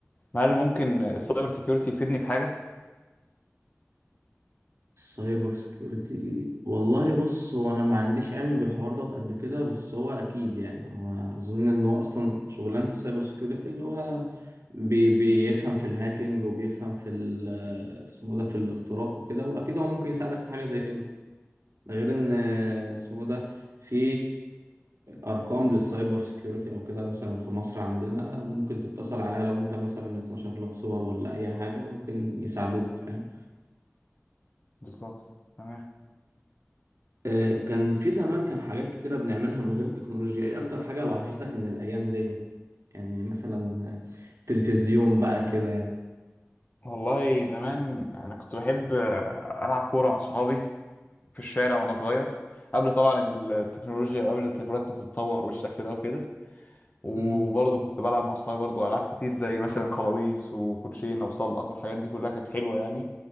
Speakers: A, on the left; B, on the right.
A: هل ممكن السايبر سيكيورتي يفيدني في حاجه
B: سايبر سيكيورتي والله بص هو انا ما عنديش علم بالحوار ده قد كده بس هو اكيد يعني هو اظن ان هو اصلا شغلانه السايبر سيكيورتي اللي هو بي بيفهم في الهاكينج وبيفهم في ال- اسمه ده في الاختراق وكده واكيد هو ممكن يساعدك في حاجه زي كده ده غير ان
A: امم
B: اسمه ده في ارقام للسايبر سيكيورتي او كده مثلا في مصر عندنا ممكن تتصل عليها لو انت مثلا اتنشر لك صور ولا اي حاجه ممكن يساعدوك فاهم
A: بالظبط تمام
B: آه، كان في زمان كان حاجات كتيرة بنعملها من غير التكنولوجيا ايه اكتر حاجة وحشتك من الايام ديت يعني مثلا آه، تلفزيون بقى كده يعني
A: والله زمان انا كنت بحب آه، العب كوره مع صحابي في الشارع وانا صغير قبل طبعا التكنولوجيا وقبل التليفونات ما تتطور بالشكل ده وكده وبرضه
B: امم
A: كنت بلعب مع صحابي برضه ألعاب كتير زي مثلا خلاويص وكوتشينة وصلخ والحاجات دي كلها كانت حلوة يعني